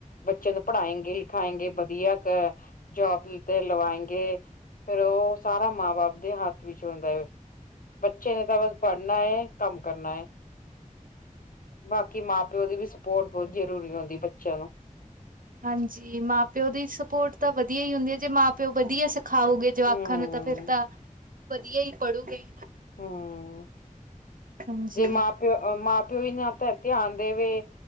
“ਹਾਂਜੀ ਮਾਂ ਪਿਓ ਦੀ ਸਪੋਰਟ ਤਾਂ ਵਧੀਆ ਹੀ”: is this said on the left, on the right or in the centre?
Right